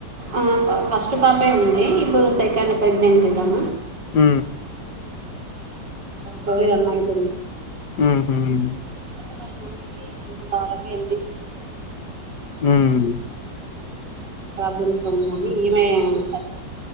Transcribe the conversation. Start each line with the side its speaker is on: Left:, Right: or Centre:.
Right: ఆ ఫస్ట్ పాపే ఉంది ఇప్పుడు సెకండ్ ప్రెగ్నెన్సీ తను
Left: ఊ
Right: టొఇ రన్న అయితుంది
Left: ఉ హ్మ్
Right: వాళ్ళ మమ్మీకి హెల్త్ భలేక హెల్త్ ఇష్యూస్
Left: హ్మ్.
Right: ప్రబ్లమ్స్ ఉందా ఇమె తప్ప